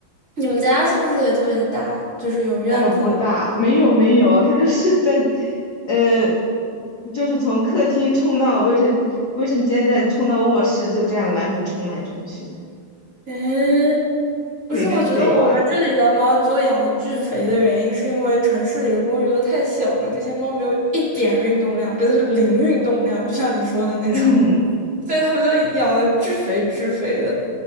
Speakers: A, on the right; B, on the left.
A: 你们家是不是也特别大？就是有院子啊？
B: 呃，不大，没有没有，他就是在，呃，就是从客厅冲到卫生卫生间，再冲到卧室，就这样来回冲来冲去的，
A: 诶，不是，
B: 自己跟自己玩儿
A: 我觉得我们这里的猫就养的巨肥的原因，是因为城市里的公寓都太小了，这些猫没有一点运动量，真的是零运动量，就像你说的那种。
B: 嗯
A: 所以他们就养的巨肥巨肥的，